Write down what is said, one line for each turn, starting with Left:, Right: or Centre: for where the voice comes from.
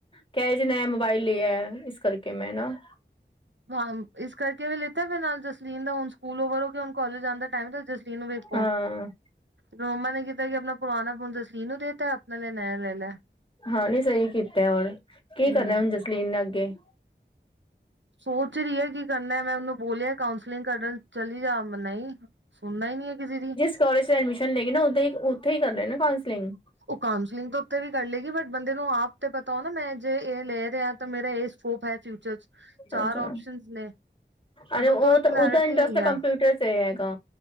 Left: ਕਹਿ ਜਿੰਨੇ ਮੋਬਾਈਲ ਲਿਆ ਹੈ। ਇਸ ਕਰਕੇ ਮੈਂ ਨਾ-
Right: ਹਾਂ, ਇਸ ਕਰਕੇ ਵੀ ਲਿਤਾਂ, ਫਿਰ ਨਾਲ ਜਸਲੀਨ ਦਾ ਹੁਣ ਸਕੂਲ ਵਰਕ ਕਿ ਹੁਣ ਕਾਲਜ ਜਾਣ ਦਾ ਟਾਈਮ ਜਸਲੀਨ ਨੂੰ ਵੇਖ-
Left: ਹਾਂ।
Right: ਰੋਮਾ ਨੇ ਕੀਤਾ ਕਿ ਆਪਣਾ ਪੁਰਾਣਾ ਫੋਨ ਜਸਲੀਨ ਨੂੰ ਦੇ ਦਿੱਤਾ। ਆਪਣੇ ਲਈ ਨਯਾ ਲੈ ਲਿਆ।
Left: ਹਾਂ, ਨਹੀਂ ਸਹੀ। ਕੀਤਾ ਔਰ,
Right: ਹੂੰ।
Left: ਕੀ ਕਰਨਾ ਹੁਣ ਜਸਲੀਨ ਨੇ ਅੱਗੇ।
Right: ਸੋਚ ਰਹੀ ਹੈ ਕੀ ਕਰਨਾ। ਮੈਂ ਉਹਨੂੰ ਬੋਲਿਆ ਕਾਉਸਲਿੰਗ ਕਰਨ ਚਲੀ ਜਾ। ਨਹੀਂ ਸੁਣਨਾ ਹੀ ਨੀ ਕਿਸੇ ਦੀ।
Left: ਕੋਲਜ 'ਚ ਐਡਮਿਸ਼ਨ ਲਏਗੀ ਨਾ, ਉੱਦਾਂ ਹੀ ਉੱਥੇ ਹੀ ਕਰ ਲੈਣੀ ਕਾਂਸਲਿੰਗ।
Right: ਉਹ ਕਾਂਸਲਿੰਗ ਤਾਂ ਉੱਥੇ ਵੀ ਕਰ ਲਏਗੀ, ਬਟ ਬੰਦੇ ਨੂੰ ਆਪ ਤੇ ਪਤਾ ਹੋ। ਮੈਂ ਜੇ ਇਹ ਲੈ ਰਿਹਾ ਤਾਂ ਮੇਰਾ ਇਹ- ਸਕੋਪ ਹੈ ਫਿਊਚਰ 'ਚ। ਚਾਰ
Left: ਅੱਛਾ
Right: ਓਪਸ਼ਨਸ ਨੇ
Left: ਅਰੇ
Right: ਬਟ ਉਹ ਥੋੜਾ
Left: ਤਾਂ
Right: ਕਲੈਰਿਟੀ
Left: ਉਹਦਾ ਇੰਟਰਸਟ
Right: ਨਹੀਂ
Left: ਤਾਂ
Right: ਹੈ।
Left: ਕੰਪਿਊਟਰ ਸੇ ਹੈਗਾ